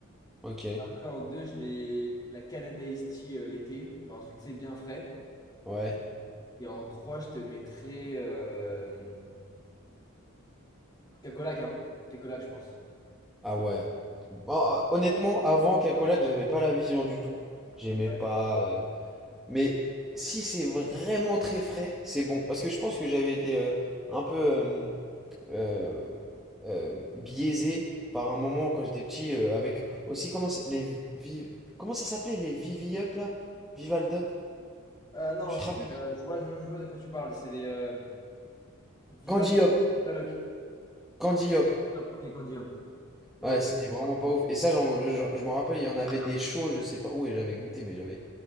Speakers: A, in the centre; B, on the left (about 20°).
A: Ok,
B: Après, en 2 je mets la Canada Iced Tea euh, l'été. Genre un truc, tu sais, bien frais.
A: ouais.
B: Et en 3 je te mettrais euh, Coca-Cola, hein. Coca-Cola, je pense.
A: Ah
B: Je crois
A: ouais.
B: que-
A: Bah, euh, honnêtement, avant Kakolak, j'avais pas la vision du tout. J'aimais
B: Ouais.
A: pas. euh, Mais si c'est vraiment très frais, c'est bon. Parce que je pense que j'avais été euh, un peu euh, euh, euh, biaisé par un moment quand j'étais petit euh, avec aussi comment ça, les vi- comment ça s'appelait les Vivi Up là? Vivald Up?
B: Euh, non,
A: Tu
B: c'est,
A: te rappelles?
B: euh, je vois, je, je vois de quoi tu parles. C'est les euh, Viva,
A: Candy Up.
B: Viva Loc.
A: Candy Up.
B: Hop, Ok, Candy Hop. Ouais,
A: Ouais,
B: ouais, ouais,
A: c'était vraiment
B: d'accord.
A: pas ouf. Et ça, j'en- j'en- je m'en rappelle, il y en avait des shows, je sais pas où, et j'avais goûté, mais j'avais